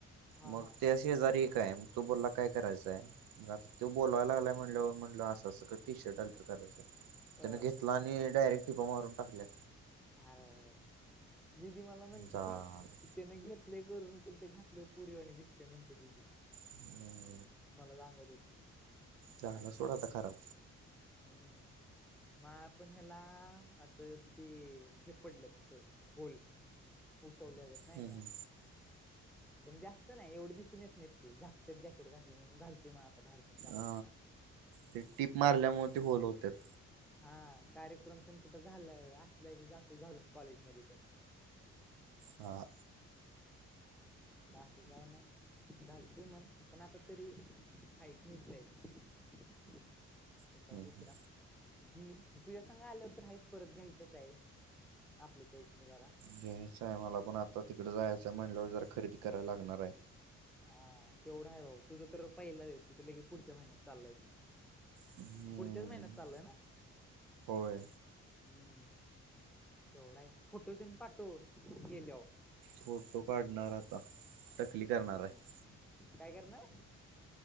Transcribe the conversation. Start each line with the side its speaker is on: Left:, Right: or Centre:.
Centre: हा
Right: मग
Centre: हा
Right: तेे आजारी काय तू बोला काय करायचांय मग आता त बोलाय लागलाय म्हणल म्हटल तसंं टी शर्ट अल्टर करायचं
Centre: हा
Right: त्यान घेतला आणि डायरेक्ट टिपा मारून टाकल्या
Centre: अरे दिदी मला म्हणती
Right: झालं
Centre: तेन घेतले करून पण ते घातल्यावर पोरी वाशिम दिसते म्हणते दिदी
Right: हम्म
Centre: मला सांगत होची
Right: झाला सोडा खराब
Centre: हम्म मा पण ह्याला आता ज ते हे पडलं तस होल होसवल्याग नाही
Right: हम्म
Centre: का
Right: हम्म.
Centre: पण जास्त नाही एवढं दिसून येत नाहीत ते झाकते जॅकेट घातलं म्हणून घालतो ते आता बाहेर तेन जाताना
Right: अ ते टीप मारल्यामुळे
Centre: कुठं
Right: ते होल होत्यात
Centre: हा कार्यक्रम त्यां कुठं झाला असलय की जात घालून कॉलेजमध्येध्ये त्यां
Right: ह
Centre: बाकी काय नाही घालतोय मण पण आता तरी हाई घ्यायच आहे ए
Right: हम्म
Centre: दुसरा
Right: हम्म.
Centre: घईल तुझ्या सांगा आलं तर रााच परत घ्यायचंच आहे आपल्या चॉईसने जरा
Right: घ्यायचं आहे मला पण आता तिकडं जायचंय म्हणलंवर जरा खरेदी करायला लागणार आहे
Centre: हा तेवढा आहे बाऊ तुझं तर पहिला दे तुझं लेे पुढच्या महिन्यात चाललायस
Right: हम्म
Centre: पुढच्याच महिन्यात चाललंय ना
Right: होय
Centre: हम्म तेवढा आहे फोटो देना पाठवून गेल्यावर
Right: फोटो काढणार आता टकली करणार
Centre: हा
Right: आहे
Centre: काय करणार